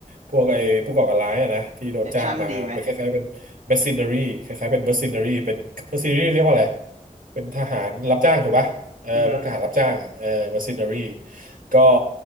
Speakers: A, on the right; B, on the right.
A: พวกไอ้ผู้ก่อการร้ายอะนะที่โดนจ้างมาเป็นคล้ายๆเป็น
B: แอคชั่นดีไหม
A: mercenary คล้ายๆเป็น mercenary เป็น mercenary เรียกว่าอะไรเป็นทหารรับจ้างถูกปะ เออพวกทหารรับจ้างเออมาซินเนอรี่
B: อือฮึ
A: ก็